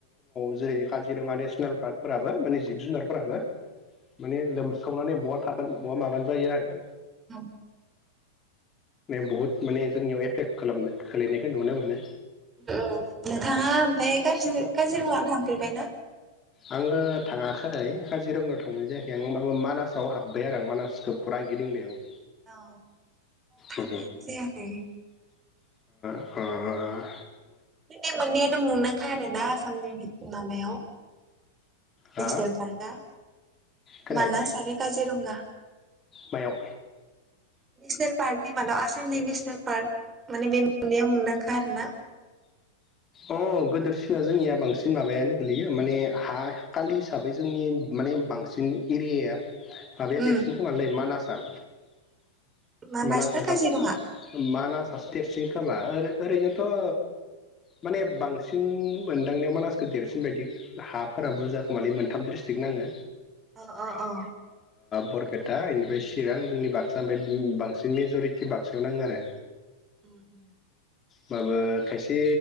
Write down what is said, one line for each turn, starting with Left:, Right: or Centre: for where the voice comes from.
Left: <inaudible> जेरै काजिरङानि फार्काफोराबो माने जिब जुनारफोराबो माने लोमसावनानै बहा था मागोन जायो आरो।
Right: उम
Left: बहुद माने जोंनियाव एफेक्ट खालाम खोलैनायखौ नुनो मोनो।
Right: ओ नोंथाङा बे काजि काजिरङायाव थांफेरबाय ना।
Left: आंङो थाङाखै काजिरङायाव थांनाय जायाखै आं होनबाबो मानासाव हाब्बाय आरो आं मानासखौ फराय ना गिदिंबाय आं
Right: औ थांनायानो
Left: ओ
Right: जायाखै
Left: अह
Right: नबे मोननैआनो मुंदांखा आरोना आसामनि माबायाव
Left: हा
Right: नेसनेल पारका
Left: खोनायाखै
Right: मानास आरो काजिरङा
Left: मायाव
Right: नेसनेल पार्कनि मा <inaudible> नेसनेल पार्क माने बे मोननैया मुंदांखा आरो ना
Left: अह गोदोरसिना जोंनिया बांसिन माबायानो गोलैयो माने हा खालि हिसाबै जोंनि माने बांसिन एरियाया माबाया
Right: उम
Left: देरसिन खोमालै मानासआ
Right: मानास
Left: मानासा
Right: ना
Left: गासै
Right: काजिरङा
Left: मानासासो देरसिन खोमा ओ ओरैनोथ ओ माने बांसिन मोनदांनायाव मानसिखौ देरसिन बायदि हाफोरा बुरजाखोमालै मोनथाम ड्रिस्ट्रिकट ना ओ
Right: अ अ अ
Left: बरपेटा दा इनिफ्राय चिरां जोंनि बाक्सा ओमफ्राय बांसिन मेज'रिटि बाक्सायाव नाङो आरो
Right: उ -उ
Left: माबो खायसे